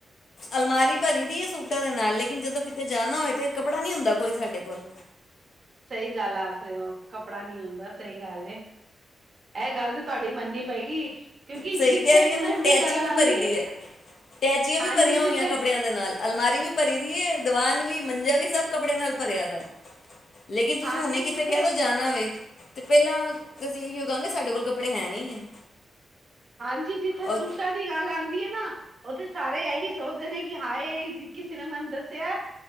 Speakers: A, on the left (about 50°); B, on the right (about 35°).
A: ਅਲਮਾਰੀ ਭਰੀ ਦੀ ਹੈ ਸੂਟਾਂ ਦੇ ਨਾਲ ਲੇਕਿਨ ਜਦੋਂ ਕਿਤੇ ਜਾਣਾ ਹੋਏ ਤੇ ਕਪੜਾ ਨੀ ਹੁੰਦਾ ਕੋਈ ਸਾਡੇ ਕੋਲ
B: ਸਹੀ ਗੱਲ ਆਖ ਰਹੇ ਹੋ ਕੱਪੜਾ ਨੀ ਹੁੰਦਾ ਸਹੀ ਗੱਲ ਇਹ ਗੱਲ ਤੇ ਤੁਹਾਡੀ ਮੰਨ ਨੀ ਸਹੀ ਕਿਉਂਕਿ
A: ਸਹੀ
B: ਜਿੱਥੇ
A: ਕਹਿ ਰਹੀ ਹੈ
B: ਸੂਟ
A: ਨਾ ਟੈਚੀ
B: ਦੀ ਗੱਲ
A: ਵੀ
B: ਆਉਂਦੀ
A: ਭਰੀ ਦੀ
B: ਹੈ
A: ਟੈਚੀਆਂ
B: ਹਾਂਜੀ
A: ਵੀ ਭਰੀਆਂ ਹੋਈਆਂ
B: ਜਿੱਥੇ
A: ਕੱਪੜਿਆਂ ਦੇ ਨਾਲ ਅਲਮਾਰੀ ਵੀ ਭਰੀ ਦੀ ਹੈ, ਦੀਵਾਨ ਵੀ ਮੰਜਾ ਵੀ ਸਭ ਕੱਪੜਿਆਂ ਨਾਲ ਭਰਿਆ ਦਾ ਲੇਕਿਨ ਤੁਸੀਂ
B: ਹਾਂਜੀ
A: ਹੁਣੇ ਕਿਥ
B: ਜਿੱਥੇ
A: ਕਹਿ ਦੋ ਜਾਣ ਤੇ ਪਹਿਲਾਂ ਅਸੀਂ ਇਹੀ ਉਹ ਕਹਾਂਗੇ ਸਾਡੇ ਕੋਲ ਕੱਪੜੇ ਹੈ ਨਹੀਂ ਹੈ
B: ਹਾਂਜੀ ਜਿੱਥੇ
A: ਔਰ
B: ਸੂਟਾਂ ਦੀ ਗੱਲ ਆਉਂਦੀ ਹੈ ਨਾ ਉਹਥੇ ਸਾਰੇ ਇਹੀ ਸੋਚਦੇ ਨੇ ਕਿ ਹਾਏ ਕਿਸੇ ਨੇ ਮੈਨੂੰ ਦੱਸਿਆ